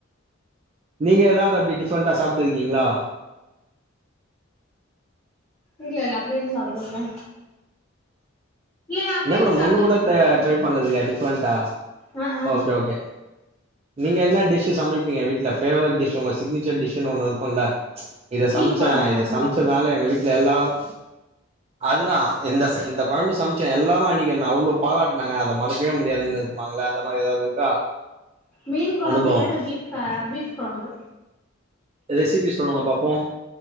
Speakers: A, on the right (about 30°); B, on the left (about 20°).
A: நீங்க எதாது அப்டி டிஃப்ரெண்டா சாப்ட்ருக்கீங்களா
B: இல்ல இல்ல அப்டிய எதுவு சாப்ட்டது இல்ல நா அப்டி
A: என்னா
B: எதுவு
A: மேடம்
B: சாப்டல
A: ஒன்னு கூட த ட்ரை பண்ணது இல்லயா டிஃபரண்டா
B: ஆ ஆ
A: ஓகே ஓகே நீங்க என்னா டிஸ்ஸு சமப்பீங்க வீட்ல ஃபேவரட் டிஸு ஒங்க சிக்னிச்சர் டிஸுனு ஒன்னு இருக் குல இத
B: மீன்
A: சமச்சே
B: கொழம்பு
A: இத
B: மட்டுந்தா
A: சமைச்சதுனால எங்க வீட்ல எல்லாரு அதுதா இந்த செக இந்த கொழம்பு சமச்சே எல்லாரு அன்னிக் என்ன அவ்ளோ பாராட்டனாங்க அத மறக்கவே முடியாது என்னெது மங்கள அந்த மாரி எதாது இருக்கா
B: மீன் கொழம்பு
A: அனுபவம்
B: இல்லாட்ட பீஃப்க பீஃப் கொழம்பு
A: ரெசிபி சொல்லுங்க பாப்போ